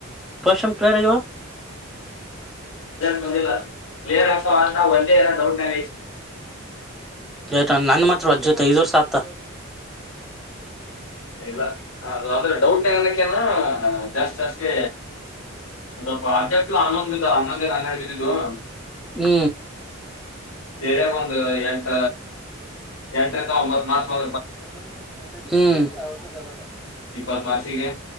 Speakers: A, in the centre; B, on the left.
A: ಪಶಂ ಕ್ಲರುವ <inaudible>
B: ದ ಕ್ಲಿಯರ್ ಆ ಒಂದೇ ಏಲ್ಲ ಡೌಟ್ ಆ
A: ಟ ನನ್ ಮಾತ್ರ ಅ್ ಜೊತೆ ಇದುವರ್ಷ ಆತ
B: ಇಲ್ಲ ಅ ಅ್ರ ಡೌಟ್ ಆಗಕ್ಕೆ ಜಾಸ್ತಿ ಜಾಸ್ತಿ ಅಂತ ಆನ್ನಂದ ಆಂದ ನ ದ <inaudible>
A: ಹ್ಮ
B: ಸರಿಯಾಗೆ ಒಂದು ಎಂಟ ಎಂಟರಿಂದ ಒಂಬತ್ ಮಾಸವ
A: ಲ್ಲ
B: ಇಪ್ಪತ್ ವಾರ್ಷಿಗೆ